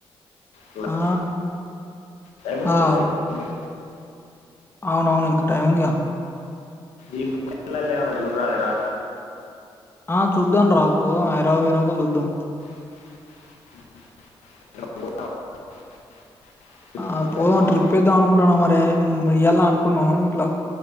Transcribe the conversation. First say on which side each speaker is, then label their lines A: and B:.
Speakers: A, on the left (about 85°); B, on the left (about 20°).
A: చూడాలి
B: ఆ
A: టైం ఉంది
B: అవును
A: కదా, ఏముంది.
B: అవునవును ఇంకా టైం ఉందిగా
A: ఈ మూడల ఎవనో జురు రాదరా
B: ఆ చూద్దాం రాపో హైదరాబాదే పోయినాక చూద్దాం
A: <unintelligible> తిప్పి
B: ఆ
A: తిప్పి
B: పోదాం
A: వద్దాం.
B: ట్రిప్ వేద్దాం అనుకుంటున్న మరి మయలా అనుకున్నా ఇట్లా